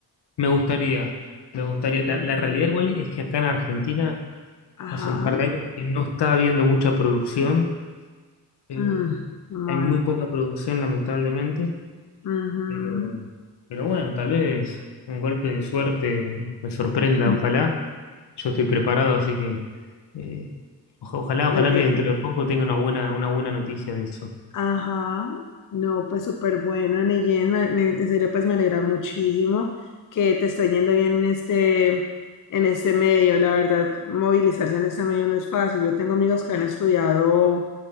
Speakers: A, on the left; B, on the left.
A: me gustaría, me gustaría. La,
B: Mm,
A: la realidad igual es que acá en Argentina
B: Ajá.
A: hace un par de años que no está habiendo mucha producción Eh,
B: Mm, qué mal.
A: hay muy poca producción, lamentablemente,
B: Ujú.
A: pero, pero bueno, tal vez un golpe de suerte me sorprenda,
B: <laughs>
A: ojalá. Yo estoy preparado, así que eh, oja- ojalá,
B: Lo
A: ojalá
B: que
A: que dentro de poco tenga una buena, una buena noticia de eso.
B: Ajá, no, pues súper bueno, Neyen, me- me- en serio, pues me alegra muchísimo que te está yendo bien en este, en este medio, la verdad, movilizarse en este medio no es fácil, yo tengo amigos que han estudiado